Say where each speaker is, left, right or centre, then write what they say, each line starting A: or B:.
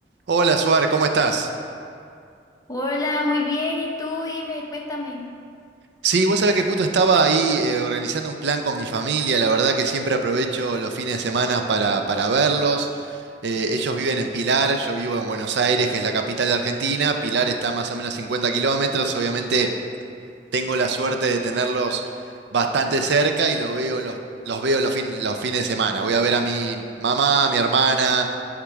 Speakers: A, on the right; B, on the left.
A: Hola, Suar, ¿cómo estás?
B: Hola, muy bien. ¿Y tú? Dime, cuéntame.
A: Sí, vos sabés que justo estaba ahí eh, organizando un plan con mi familia. La verdad que siempre aprovecho los fines de semana para, para verlos. Eh, ellos viven en Pilar, yo vivo en Buenos Aires, que es la capital de Argentina. Pilar está más o menos 50 kilómetros. Obviamente tengo la suerte de tenerlos bastante cerca y lo veo, los, los veo los, fin- los fines de semana. Voy a ver a mi mamá, a mi hermana.